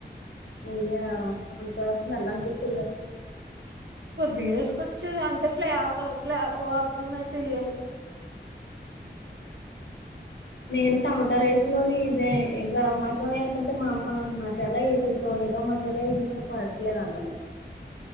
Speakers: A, on the left; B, on the right.
A: నెయ్య అంత స్మెల్ అని పిచ్చదు గ
B: కొద్దిగా వేసుకోవచ్చు అంటే ఫ్లేవర్ ఫ్లేవర్ వాసన మీద తెలియాలి
A: నేను టమాట రైస్ లోని ఇదే గరం మసాలా వేస్తంటే మా అమ్మ మసాల <unintelligible> ఏదో మసల వేసేసవ్ పడటలే అంటాంది